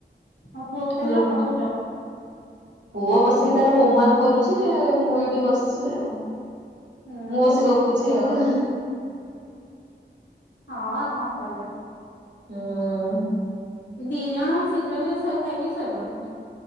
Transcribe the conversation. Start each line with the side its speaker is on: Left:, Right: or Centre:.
Left: ତମ ପୁଅକୁ ତମେ
Right: ର-
Left: ନା ପଢ଼ଉଛ?
Right: ପୁଅ ବସିକି ତାର ହୋମୱାର୍କ କରୁଛି ମୁଁ ଏଇଠି ବସିଛି ଆଉ।
Left: ହୁଁ।
Right: ମୁଁ ବସି ଗପୁଛି ଆଉ।
Left: ହଁ କଣ କରିବ
Right: ହୁଁ
Left: ଦି ଜଣ ଶୀଘ୍ର ପିଇ ଖାଇ ଶୋଇ ପଡିଥାଉ।